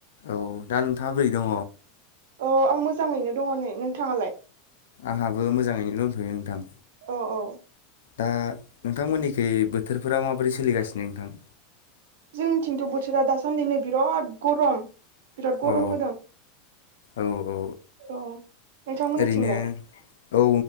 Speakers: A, on the left; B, on the right.
A: औ दा नोंथाङा बोरै दङ?
B: औ आं मोजाङैनो दङ नै। नोंथाङालाय?
A: आंहाबो मोजाङैनो दोनथ'यो नोंथां।
B: अ औ।
A: दा नोंथांमोननिखै बोथोरफोरा माबोरै सोलिगासिनो नोंथां?
B: जोंनिथिंथ' बोथोरा दासान्दि नै बिराद गरम बिराद गरम
A: औ
B: होदों।
A: औ औ
B: औ। नोंथांमोननिथिंलाय
A: ओरैनो औ